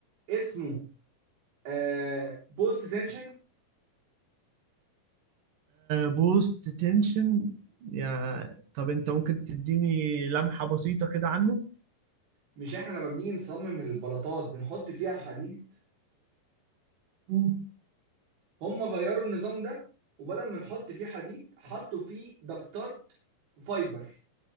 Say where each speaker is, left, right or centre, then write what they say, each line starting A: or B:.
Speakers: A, on the right; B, on the right.
A: اسمه آه بوست تنشن
B: بوست تنشن يا طب انت ممكن تديني لمحة بسيطة كده عنه
A: مش احنا لما بنيجي نصمم البلاطات بنحط فيها حديد
B: مم.
A: هم غيروا النظام ده وبدل ما نحط فيه حديد حطوا فيه ضغطات فايبر